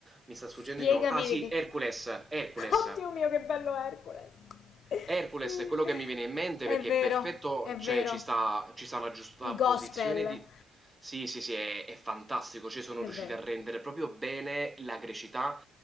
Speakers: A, on the right; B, on the left.
A: mi sta sfuggendo
B: Spiegami
A: il nome. Ah sì,
B: di che...
A: Hercules, Hercules.
B: <laughs> Oddio mio, che bello Hercules. <laughs>
A: Hercules
B: Sì,
A: è quello che mi viene in mente
B: è
A: perché
B: vero,
A: è perfetto,
B: è vero.
A: cioè ci sta, ci sta una giusta
B: I gospel.
A: posizione di... Sì, sì, sì, è, è fantastico, cioè sono
B: È
A: riusciti
B: vero.
A: a rendere proprio bene la grecità